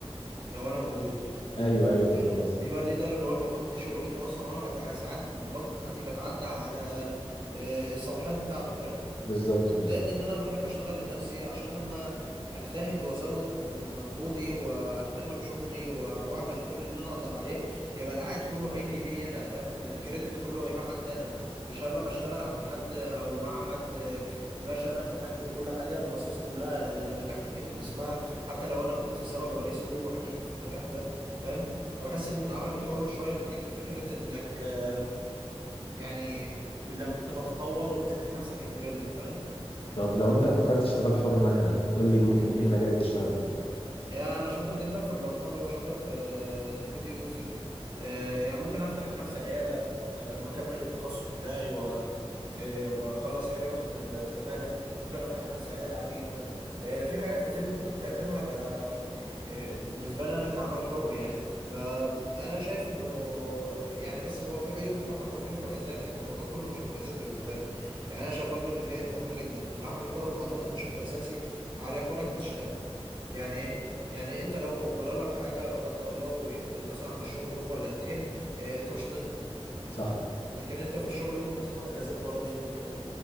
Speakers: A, on the right; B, on the left.
A: لو انا موجود
B: ايوه ايوه فهمت
A: يعني
B: قصدك
A: بيبقى الليدر اللي هو المفروض دي شغلته اصلا وانا بتع... ساعات غصب عني بتعدى على آه، الصلاحيات بتاعته فاهم
B: بالظبط بالظبط
A: زائد ان انا بحب اشتغل لنفسي عشان لما اجتهد وازود من مجهودي واهتم بشغلي و- واعمل كل اللي انا اقدر عليه يبقى العائد كله هيجي لي انا فاهم الكريدت كله هيبقى عندي انا مش هبقى بشتغل عند حد او مع حد ماشي انا نجحت وكل حاجه المؤسسه كلها يبقى النجاح يتكتب باسمها حتى لو انا كنت السبب الرئيسي والوحيد في النجاح ده فاهم فبحس ان العمل الحر شويه بيديك فكره انك آه، يعني لم- بتتطور وبتدي لنفسك الكريدت فاهم
B: طب لو انت فكرت تشتغل حر مثلا قول لي ممكن ايه المجال اللي تشتغل فيه
A: يعني انا شاطر جدا في البرمجه وشاطر في آه، الفيديو اديتنج يعني ممكن افتح لنفسي عياده آه، لما اكمل التخصص بتاعي و آه، واخلص يعني واخد الزماله ممكن افتح لنفسي عياده عادي جدا آه، في حاجات كتير ممكن تعملها ك آه، بالنسبه لي انا كعمل حر يعني فانا شايف انه يعني بس هو في عيوب طبعا وفي مميزات يعني الموضوع كله مش مميزات بالنسبه لي يعني انا شايف برضو ان في عيب مهم جدا العمل الحر معتمد بشكل اساسي على كونك بتشتغل يعني ايه يعني انت لو جرى لك حاجه لا قدر الله وقفت مثلا عن الشغل يوم ولا اتنين اه، انت مش هتقبض
B: صح
A: لكن انت في الشغل ممكن تاخد اجازات مرضي ممكن